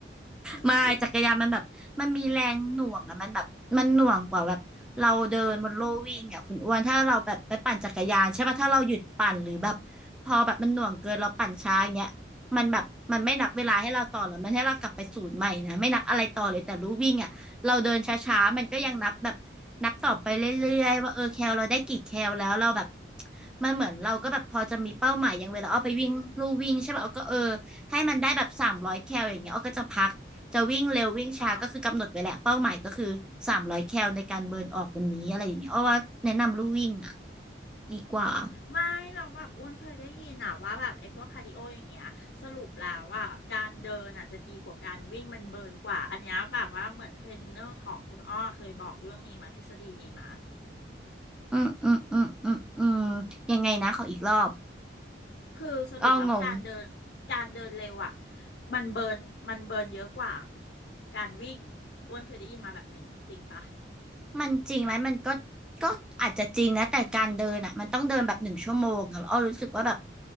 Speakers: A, on the left; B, in the centre.
A: อืม
B: ไม่จักรยานมันแบบมันมีแรงหน่วงอะมันแบบมันหน่วงกว่าแบบเราเดินบนโลวิ่งอะคุณอ้วนถ้าเราแบบไปปั่นจักรยานใช่ป่ะถ้าเราหยุดปั่นหรือแบบพอแบบมันหน่วงเกินเราปั่นช้าอย่างเงี้ยมันแบบมันไม่นับเวลาให้เราต่อหรอกมันให้เรากลับไปศูนย์ใหม่นะไม่นับอะไรต่อเลยแต่รู้วิ่งอะเราเดินช้าๆมันก็ยังนับแบบนับต่อไปเรื่อยๆว่าเออแคลเราได้กี่แคลแล้วเราแบบมันเหมือนเราก็แบบพอจะมีเป้าหมายอย่างเวลาเอาไปวิ่งลู่วิ่งใช่ป่ะเอาก็เออให้มันได้แบบสามร้อยแคลอย่างเงี้ยเอาก็จะพัก จะวิ่งเร็ววิ่งช้าก็คือกำหนดไว้แหละเป้าหมายก็คือสามร้อยแคลในการเบิร์นออกวันนี้อะไรอย่างเงี้ยอาว่าแนะนำลู่วิ่งอ่ะ
A: อ๋อ
B: ดีกว่า
A: อ๋อไม่เราแบบอ้วนเคยได้ยินนะว่าแบบไอ้พวกคาร์ดิโออย่างเงี้ยสรุปแล้วว่าการเดินอ่ะจะดีกว่าการวิ่งมันเบิร์นกว่าอันเนี้ยแบบว่าเหมือนเทรนเนอร์ของคุณอ้อเคยบอกเรื่องนี้มาทฤษฎีนี้มา
B: อืมอืมอืมอืมอืมยังไงนะขออีกรอบ
A: คือสรุปแล้วการเดินการเดินเร็วอ่ะ
B: อ้องง
A: มันเบิร์นมันเบิร์นเยอะกว่าการวิ่งอ้วนเคยได้ยินมาแบบนี้จริงปะ
B: มันจริงไหมมันก็ก็อาจจะจริงนะแต่การเดินอ่ะมันต้องเดินแบบหนึ่งชั่วโมงอะแล้วอ้อรู้สึกว่าแบบ